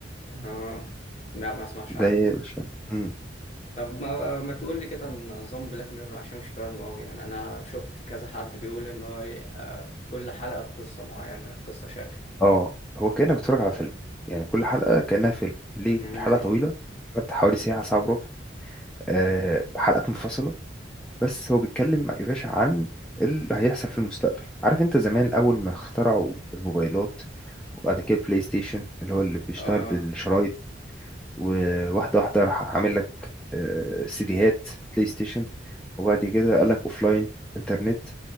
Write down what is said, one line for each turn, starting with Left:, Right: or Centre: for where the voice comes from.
Left: آه. لا ما اسمعش عنه
Centre: ده يا باشا مم.
Left: طب ما, ما تقول لي كده عن نظام بلاك ميرور عشان مش فاهمه قوي يعني انا شفت كذا حد بيقول ان هو إيه، آه، كل حلقة بقصة معينة قصة شكل
Centre: اه هو كأنك بتتفرج على فيلم يعني كل حلقة كأنها فيلم ليه
Left: امم
Centre: الحلقة طويلة بتاعت حوالي ساعة ساعة وربع آه، حلقات منفصلة بس هو بيتكلم يا باشا عن اللي هيحصل في المستقبل عارف انت زمان اول ما اخترعوا الموبايلات وبعد كده بلاي ستيشن اللي هو اللي بيشتغل
Left: اه
Centre: بالشرايط وواحده واحده راح عامل لك آه، سيديهات بلاي ستيشن وبعد كده قال لك لاين انترنت